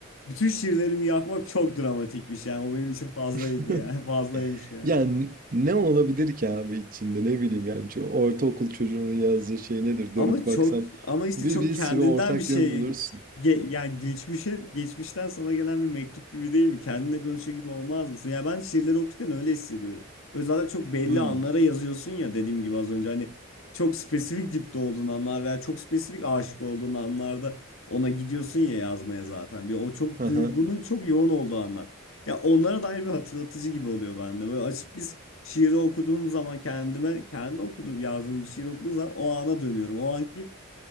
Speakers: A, on the left; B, on the right.
A: bütün şiirlerimi yakmak çok dramatikmiş yani. O benim için fazlaydı
B: <laughs>
A: yani. <laughs> Fazlaymış yani.
B: Yani ne olabilir ki abi içinde ne bileyim yani Çünkü ortaokul çocuğunun yazdığı şey nedir dönüp
A: Ama
B: baksan
A: çok ama işte
B: bir,
A: çok
B: bir
A: kendinden
B: sürü ortak
A: bir şey
B: yön bulursun.
A: Ge- yani geçmişe geçmişten sana gelen bir mektup gibi değil mi? Kendinle konuşuyor gibi olmaz mısın? Ya ben şiirleri okurken öyle hissediyorum. Ve zaten çok belli
B: Hmm.
A: anlara yazıyorsun ya dediğim gibi az önce hani çok spesifik dipte olduğun anlar veya çok spesifik aşık olduğun anlarda ona gidiyorsun ya yazmaya zaten. Bir o çok
B: aha,
A: duygunun çok yoğun olduğu anlar. Ya onlara dair bir hatırlatıcı gibi oluyor bende. Böyle açıp bir şiiri okuduğum zaman kendime kendi okuduğum yazdığım bir şiir okuduğum zaman o ana dönüyorum. O anki